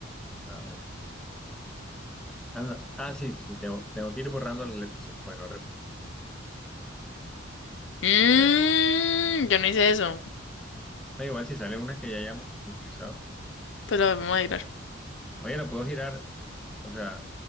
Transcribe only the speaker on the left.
Mm,
yo no hice eso.
Pues la vamos a tirar.